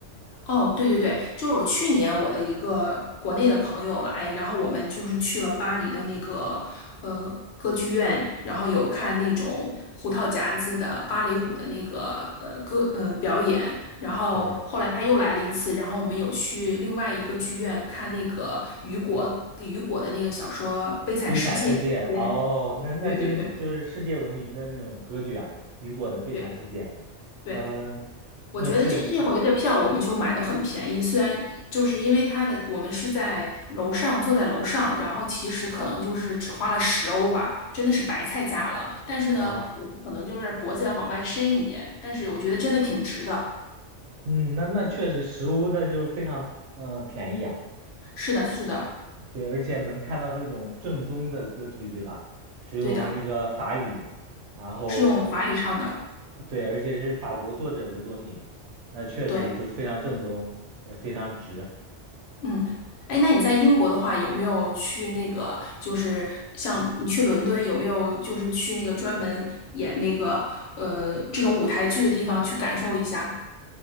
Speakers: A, on the left; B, on the right.
A: 哦，对对对，就是我去年我的一个国内的朋友来，然后我们就是去了巴黎的那个呃歌剧院，然后有看那种胡桃夹子的芭蕾舞的那个呃歌呃表演，然后后来他又来了一次，
B: 对。
A: 然后我们有去另外一个剧院看那个雨果雨果的那个小说《悲惨世界》边。
B: 悲惨世界》哦，那那真就是世界闻名的那种歌剧啊，
A: 对对对
B: 雨果的《悲惨世界》。
A: 对对，
B: 嗯、
A: 我觉得这这回的票我们就买的很便宜，
B: 那确实
A: 虽然就是因为它的我们是在楼上坐在楼上，然后其实可能就是只花了十欧吧，真的是白菜价了。但是呢，
B: 啊，
A: 我们可能就是脖子要往外伸一点，但是我觉得真的挺值的。
B: 嗯，那那确实实物那就是非常呃便宜啊，
A: 是的，是的，
B: 对，而且能看到这种正宗的歌剧，对吧？使用那个法语，
A: 对的，
B: 然后
A: 是用法语唱的。
B: 呃对，而且是法国作者的作品，那确实就非常正宗，
A: 对，
B: 也非常值。
A: 嗯，哎，那你在英国的话，有没有去那个就是像你去伦敦，有没有就是去那个专门演那个呃这种舞台剧的地方去感受一下？